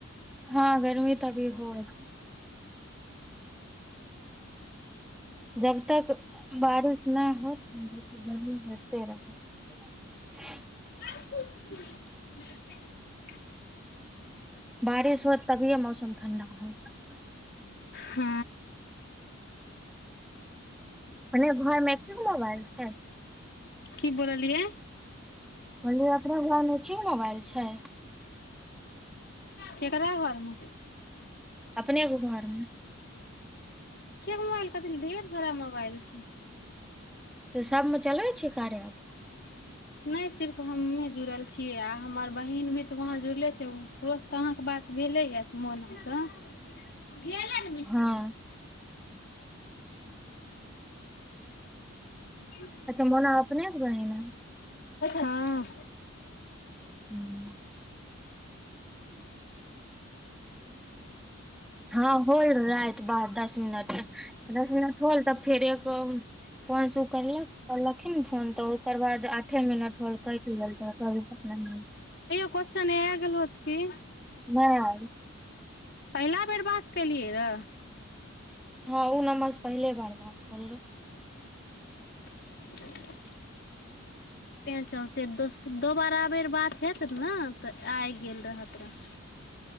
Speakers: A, in the centre; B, on the left (about 50°).
A: हँ गर्मी त अभी होय। जब तक बारिश नै होत न गर्मी होइते रहत। <inaudible>
B: <unintelligible>
A: बारिश होत तभिए मौसम ठण्डा होत।
B: हँ।
A: अपने घर मे एके गो मोबाइल छै
B: की बोललियै।
A: कहलियै अपना घरमे कि मोबाइल छैय।
B: केकरा घरमे। एके
A: अपने के घर मे
B: गो मोबाइल कथि ले ढेर सारा मोबाइल छैय।
A: त सबमे चलबै छियै कार्या एप।
B: <inaudible> नै सिर्फ हम्मे जुड़ल छियै आ हमर बहिन भी तऽ वहां जुड़ले छै उ उहो से तऽ अहाँके बात भेले यै तै मोना से, गेलय नै मिस्टी
A: हँ
B: <unintelligible>
A: अच्छा मोना अपने के बहिन है
B: हां।
A: हूं। हां होल राएत बात दस मिनट दस मिनट होल तब फेर एक फोन से उ करलक करलखिन्ह फोन तऽ ओकर बाद आ आठे मिनट होल कइट गेल रहय तब इधर नै भेल।
B: कुछो नै आय गेलौह तै की
A: नहि आयल
B: पहिला बेर बात केलियै रह
A: हां उ नम्बर से पहिले बार बात होल रहय।
B: <inaudible> तैं चलते दोस दोबारा बेर बात हैत नै तऽ आय गेल रहत रहय